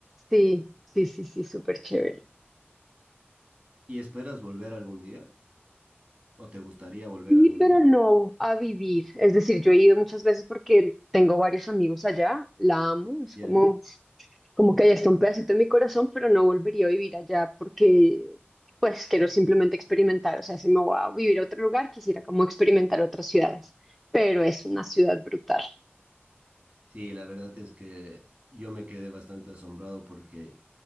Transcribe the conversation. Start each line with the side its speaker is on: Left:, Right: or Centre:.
Centre: sí, sí, sí, sí, súper chévere.
Right: ¿Y esperas volver algún día? ¿O te gustaría volver
Centre: Sí,
Right: algún
Centre: pero
Right: día?
Centre: no a vivir, es decir, yo he ido muchas veces porque tengo varios amigos allá, la amo, es
Right: Ya.
Centre: como como que allá está un pedacito de mi corazón, pero no volvería a vivir allá porque pues quiero simplemente experimentar, o sea, si me voy a vivir a otro lugar, quisiera como experimentar otras ciudades, pero es una ciudad brutal.
Right: Sí, la verdad es que yo me quedé bastante asombrado porque